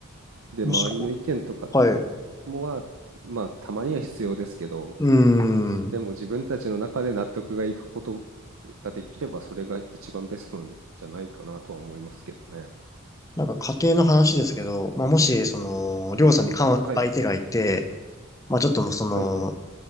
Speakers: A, on the right; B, on the left.
A: で、
B: もしこ、
A: 周りの意見とか
B: はい。う
A: もは、まあ、たまには必要ですけど、
B: ーん。
A: でも自分たちの中で納得がいくことができれば、それが一番ベストなんじゃないかなとは思いますけどね。
B: なんか家庭の話ですけど、まあもし、その、りょうさんにか相手がいて、
A: はい。
B: まあちょっともうその、
A: はいはい。